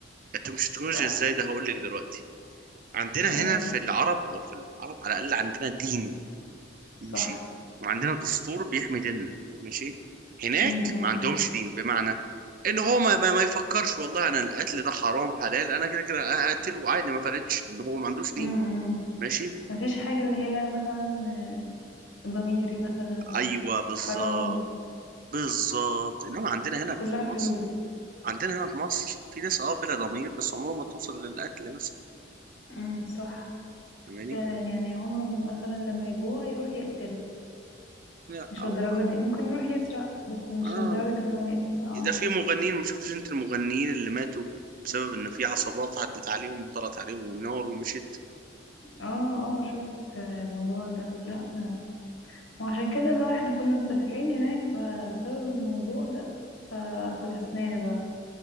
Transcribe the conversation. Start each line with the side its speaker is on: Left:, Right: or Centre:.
Right: انت مش تكنولوجيا
Left: صح
Right: ازاي ده هقول لك دلوقتي عندنا
Left: قول
Right: هنا في العرب او في العرب على الاقل عندنا دين ماشي
Left: صح
Right: وعندنا دستور بيحمي ديننا ماشي هناك
Left: امم
Right: ما عندهمش دين بمعنى ان هو ما, ما, ما يفكرش والله انا القتل ده حرام حلال انا كده كده هقتل وعادي ما فرقتش ان هو ما عندوش دين
Left: امم
Right: ماشي
Left: مفيش حاجة اللي هي مثلا ضميري مثلا
Right: ايوه بالظبط
Left: حرام
Right: بالظبط انما عندنا هنا
Left: كلها
Right: في
Left: فلوس
Right: مصر عندنا هنا في مصر في ناس اه بلا ضمير بس عمرهم ما توصل للقتل مثلا
Left: امم صح
Right: فاهماني
Left: فعلا يعني عمره ما مثلا لما يجوع يروح يقتل
Right: لا
Left: مش
Right: او
Left: الدرجة دي ممكن يروح يسرق بس مش
Right: اه
Left: لدرجة ان هو يقتل اه
Right: ده في مغنيين ما شفتش انت المغنيين اللي ماتوا بسبب ان في عصابات عدت عليهم وطلعت عليهم والنار ومشت
Left: اه اه شفت الموضوع ده لا آه. وعشان كده بقى احنا كنا مسافرين هناك فبسبب الموضوع ده ف- فكسناه بقى